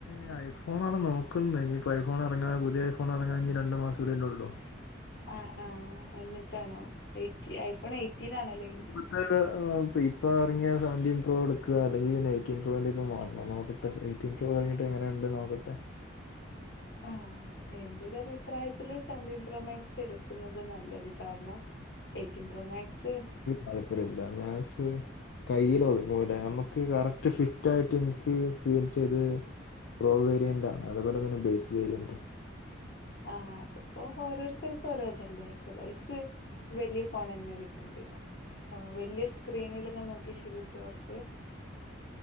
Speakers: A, on the left; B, on the left.
A: ഏ ഐഫോൺ ആണ് നോക്കുന്നത്. ഇനിയിപ്പ ഐഫോൺ ഇറങ്ങാൻ പുതിയ ഐ ഫോൺ ഇറങ്ങാ ഇനി രണ്ടു മാസം കൂടി ഉള്ളു.
B: ആഹ് ആ എന്നിട്ടാണോ. എയ്‌റ്റിൻ ഐഫോൺ എയ്റ്റീൻ ആണല്ലേ.
A: ഇപ്പ എറങ്ങിയ സേവ്ന്റീൻ പ്രൊ എടുക്കുക. അല്ലെങ്കിൽ പിന്നെ എയടീൻ പ്രൊ യിലെക്ക് മാറണം. ഇപ്പോ എയ്റ്റിൻ പ്രൊ ഇറങ്ങിട്ട്ങ്ങനെ ഉണ്ട് നോക്കട്ടെ.
B: ആഹ്.. എന്റെ ഒരു അഭിപ്രായത്തില് സെവെന്റി പ്രൊമാക്സ് എടുക്കുന്നത് നല്ലത് കാരണം. Eighteen pro max.
A: താല്പര്യ ഇല്ല മാത്‍സ് കയ്യില് ഒതുങ്ങുല. നമ്മുക്ക് കറക്റ്റ് ഫിറ്റ് ആയിട്ട് എനിക്ക് ചെയ്ത്. പ്രോ വേരിയൻറാ അതുപോലെ തന്നെ ബേസ് വേരിയൻറ്.
B: ആഹ അതിപ്പോ ഓരോരുത്തർക്കും ഓരോതല്ലേ ചിലർക്ക്. വലിയ ഫോൺ തന്നെ കിട്ടേണ്ടി വരും. ആ വലിയ സ്ക്രീനിൽലൊക്കെ നോക്കി ശീലിച്ചവർക്ക്.